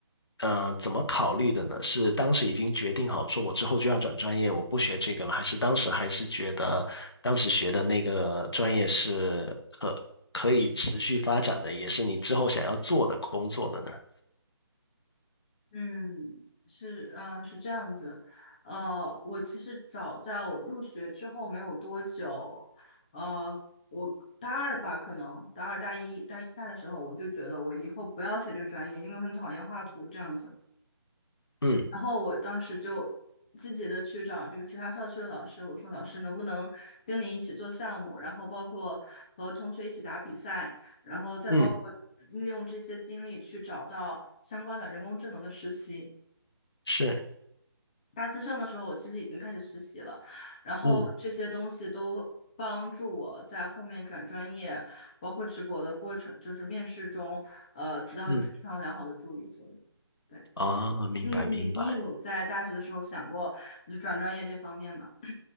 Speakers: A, on the left (about 65°); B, on the left (about 20°).
A: 嗯怎么考虑的呢？是当时已经决定好说我之后就要转专业，我不学这个了，还是当时还是觉得当时学的那个专业是可可以持续发展的，也是你之后想要做的工作的呢？嗯
B: 嗯，是，呃，是这样子，呃，我其实早在我入学之后没有多久，呃，我大二吧，可能大二、大一、大一下的时候，我就觉得我以后不要学这个专业，因为我很讨厌画图这样子。
A: 嗯
B: 然后我当时就积极的去找这个其他校区的老师，我说老师能不能跟你一起做项目，然后包括和同学一起打比赛，然后再包括利用这些经历去找到相关的人工智能的实习。
A: 嗯，是，
B: 大四上的时候，我其实已经开始实习了，然后这些东西都帮助我在后面转专业，
A: 嗯
B: 包括直博的过程，就是面试中，呃，起到了一个非常良好的助力作用。
A: 嗯，
B: 对，
A: 哦，明白明白。
B: 你你你有在大学的时候想过就是转专业这方面吗？